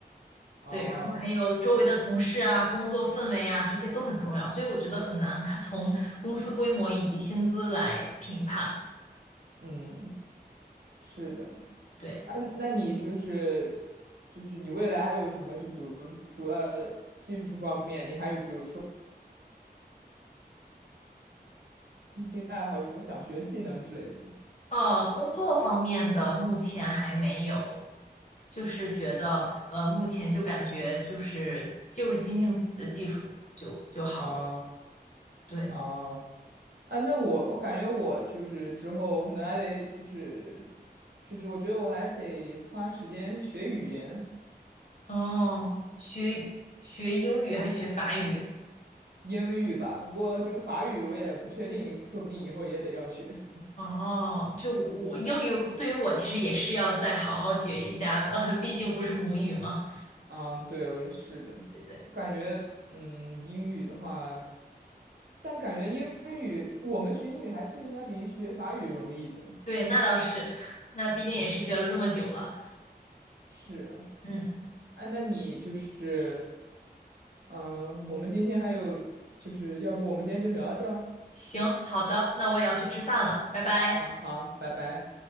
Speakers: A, on the right (about 70°); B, on the left (about 45°).
A: 啊、
B: 对，然后还有周围的同事啊、工作氛围啊，这些都很重要。所以我觉得很难看从公司规模以及薪资来评判。
A: 嗯，是的，
B: 对，
A: 啊，那你就是就是你未来还有什么？就比如说，除了技术方面，你还有比如说。兴趣爱好有什么想学技能之类的吗？
B: 呃，工作方面的目前还没有，就是觉得呃，目前就感觉就是就是精进自己的技术就就好了。
A: 啊
B: 对。
A: 啊，啊，那我我感觉我就是之后可能还得就是就是我觉得我还得花时间学语言，
B: 哦，学学英语还是学法语？
A: 英语吧。不过这个法语我也不确定，说不定以后也得要学。
B: 哦，就我英语对于我其实也是要再好好学一下的，<laughs> 毕竟不是母语嘛，
A: 嗯，对，是的，
B: 对不对？
A: 我感觉嗯英语的话，但感觉英语我们学英语还是应该比学法语容易的。
B: 对，那倒是，<laughs> 那毕竟也是学了这么久了。
A: 嗯，是啊。
B: 嗯，
A: 哎，那你就是嗯，我们今天还有，就是要不我们今天就聊到这儿
B: 行，好的，那我也要去吃饭了，拜拜。
A: 啊？好，拜拜。